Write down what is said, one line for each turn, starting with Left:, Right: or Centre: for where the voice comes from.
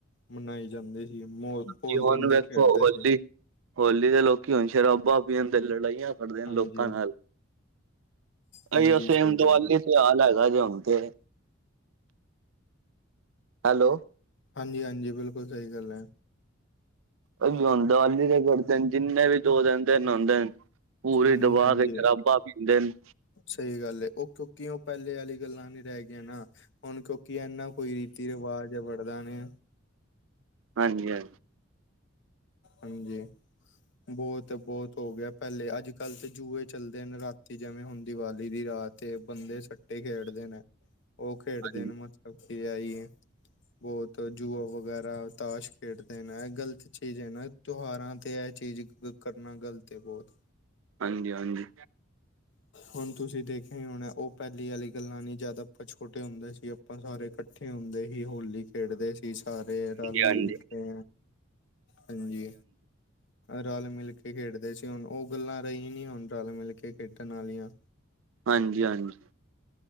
Left: ਮਨਾਈ ਜਾਂਦੀ ਸੀ। ਬਹੁਤ
Right: ਜੀ ਹੁਣ
Left: ਬੰਦੇ
Right: ਵੇਖੋ,
Left: ਖੇਡਦੇ
Right: ਹੋਲੀ-ਹੋਲੀ
Left: ਸੀ
Right: ਦੇ ਲੋਕੀ ਹੁਣ ਸ਼ਰਾਬਾ, ਪੀਣ ਤੇ ਲੜਾਈਆਂ ਲੜਦੇ ਨੇ
Left: ਹਾਂਜੀ
Right: ਲੋਕਾਂ ਨਾਲ
Left: ਹਾਂਜੀ
Right: ਅਇਓ ਸੇਮ
Left: ਸਹੀ
Right: ਦੀਵਾਲੀ
Left: ਗੱਲ ਹੈ
Right: ਤੇ ਹਾਲ ਹੈਗਾ ਜੇ ਹੁਣ ਤੇ ਹੈਲੋ
Left: ਹਾਂਜੀ-ਹਾਂਜੀ ਬਿਲਕੁਲ ਸਹੀ ਗੱਲ ਐ
Right: ਅ ਉਹ ਦੀਵਾਲੀ ਜਿੰਨੇ ਵੀ ਦੋ ਦਿਨ-ਦਿਨ ਆਉਂਦੇ ਨੇ ਪੂਰੇ
Left: ਹਾਂਜੀ
Right: ਦਬਾ
Left: ਹਾਂਜੀ
Right: ਕੇ ਸ਼ਰਾਬਾ ਪੀਂਦੇ ਨੇ
Left: ਸਹੀ ਗੱਲ ਏ, ਉਹ ਕਿਉਂਕਿ ਉਹ ਪਹਿਲੇ ਵਾਲੀ ਗੱਲਾਂ, ਨਈ ਰਹਿ ਗਈਆਂ ਨਾ ਹੁਣ ਕਿਉਂਕਿ, ਇਨਾ ਕੋਈ ਰੀਤੀ ਰਿਵਾਜ਼ ਵੜਦਾ ਨੇ
Right: ਹਾਂਜੀ -ਹਾਂਜੀ
Left: ਹਾਂਜੀ। ਬਹੁਤ -ਬਹੁਤ ਹੋ ਗਿਆ ਪਹਿਲੇ ਅੱਜ -ਕੱਲ੍ਹ ਤੇ ਜੂਏ ਚੱਲਦੇ ਹਨ, ਰਾਤੀ ਜਿਵੇਂ ਹੁਣ ਦੀਵਾਲੀ ਦੀ ਰਾਤ ਤੇ ਬੰਦੇ, ਸੱਟੇ ਖੇਡਦੇ ਨੇ ਉਹ ਖੇਡਦੇ
Right: ਹਾਂਜੀ
Left: ਨੇ, ਮਤਲਬ ਕੀ ਆਈ ਏ ਬਹੁਤ ਜੁਆ ਵਗੈਰਾ, ਤਾਸ਼ ਖੇਡਦੇ ਨੇ, ਐ ਗਲਤ ਚੀਜ਼ ਹੈ ਨਾ ਤਿਉਹਾਰਾਂ ਤੇ, ਇਹ ਚੀਜ਼ ਕਰਨਾ ਗਲਤ ਹੈ ਬਹੁਤ
Right: ਹਾਂਜੀ-ਹਾਂਜੀ।
Left: ਹੁਣ ਤੁਸੀਂ ਦੇਖਿਆ ਹੀ ਹੋਣਾ, ਉਹ ਪਹਿਲੀ ਆਲੀ ਗੱਲਾਂ ਨੀ ਜਿਆਦਾ, ਆਪਾਂ ਛੋਟੇ ਹੁੰਦੇ ਸੀ, ਆਪਾ ਆਪਾਂ ਸਾਰੇ ਇਕੱਠੇ ਹੁੰਦੇ ਸੀ, ਹੋਲੀ ਖੇਡਦੇ ਸੀ ਸਾਰੇ ਰਲ ਮਿਲ
Right: ਹਾਂਜੀ ਹਾਂਜੀ
Left: ਕੇ ਹਾਂਜੀ। ਰਲ ਮਿਲ ਕੇ ਖੇਡਦੇ ਸੀ। ਹੁਣ ਉਹ ਗੱਲਾਂ ਰਹੀਆ ਨੀ ਹੁਣ ਰਲ ਮਿਲ ਕੇ ਖੇਡਣ ਆਲੀਆਂ
Right: ਹਾਂਜੀ ਹਾਂਜੀ।